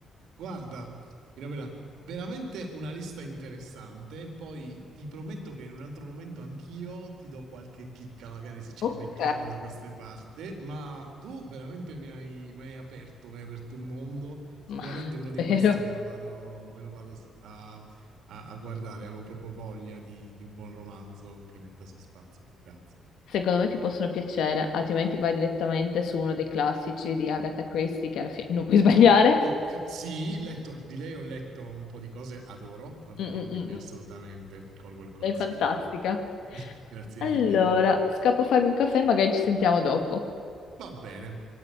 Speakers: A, on the right (about 80°); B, on the left (about 75°).
A: Guarda, Mirabella, veramente una lista interessante. Poi ti prometto che in un altro momento anch'io ti do qualche chicca, magari se ci
B: Ok,
A: ribecchiamo da queste parti. Ma tu veramente mi hai, mi hai aperto, mi hai aperto un mondo. Sicuramente
B: ma <laughs>
A: uno di questi
B: spero.
A: me lo vado, me lo vado a, a- a guardare. Avevo proprio voglia di, di un buon romanzo che metta suspense, quindi grazie.
B: Secondo me ti possono piacere, altrimenti vai direttamente su uno dei classici di Agatha Christie, che alla fine non puoi <laughs> sbagliare.
A: Ok, sì, letto- di lei ho letto un po' di cose, adoro, adoro,
B: Mm, mm,
A: quindi
B: mm,
A: assolutamente
B: mm.
A: colgo il consiglio.
B: Sei fantastica.
A: <laughs> Grazie
B: Allora,
A: mille.
B: scappo a farmi un caffè, magari ci sentiamo dopo.
A: Va bene.